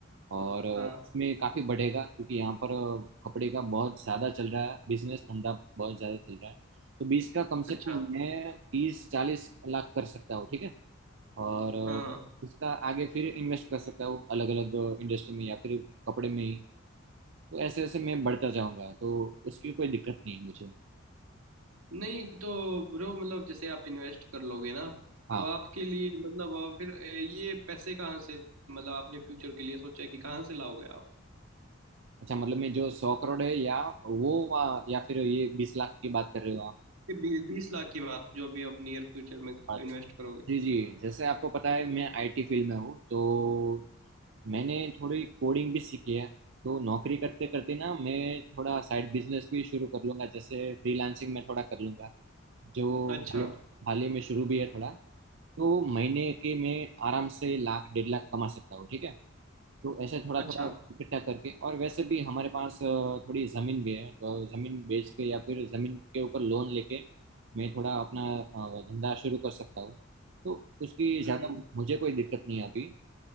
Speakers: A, on the right; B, on the right.
A: और अ,
B: हाँ
A: इसमें काफी बढ़ेगा क्योंकि यहाँ पर अ, कपड़े का बहुत ज्यादा चल रहा है बिजनेस धंधा बहुत ज्यादा चल रहा है तो बीस का कम
B: अच्छा
A: से कम मैं तीस चालीस लाख कर सकता हूँ ठीक है और अ,
B: हाँ हाँ
A: उसका आगे फिर इन्वेस्ट कर सकता हूँ अलग अलग इंडस्ट्री में या फिर कपड़े में ही तो ऐसे ऐसे मैं बढ़ता जाऊंगा तो उसकी कोई दिक्कत नहीं है मुझे
B: नहीं तो ब्रो मतलब जैसे आप इन्वेस्ट कर लोगे ना
A: हाँ
B: तो आपके लिए मतलब अ, फिर अ, ये पैसे कहाँ से मतलब आपने फ्यूचर के लिए सोचा है कि कहाँ से लाओगे आप
A: अच्छा मतलब मैं जो सौ करोड़ है या वो वा, या फिर ये बीस लाख की बात कर रहे हो आप
B: बीस बीस लाख की बात जो अभी आप नियर फ्यूचर में इन्वेस्ट
A: अच्छा
B: करोगे
A: जी जी जैसे आपको पता है मैं आईटी फील्ड में हूँ तो मैंने थोड़ी कोडिंग भी सीखी है तो नौकरी करते करते ना मैं थोड़ा साइड बिजनेस भी शुरू कर लूंगा जैसे फ्रीलांसिंग में थोड़ा कर लूंगा जो
B: अच्छा
A: हाल हाल ही में शुरू भी है थोड़ा तो महीने के मैं आराम से लाख डेढ़ लाख कमा सकता हूँ ठीक है तो ऐसे थोड़ा
B: अच्छा
A: थोड़ा इकट्ठा करके और वैसे भी हमारे पास अ, थोड़ी जमीन भी है तो जमीन बेच के या फिर जमीन के ऊपर लोन लेके मैं थोड़ा अपना अ, धंधा शुरू कर सकता हूँ तो उसकी ज्यादा
B: हम्म
A: मुझे कोई दिक्कत नहीं है अभी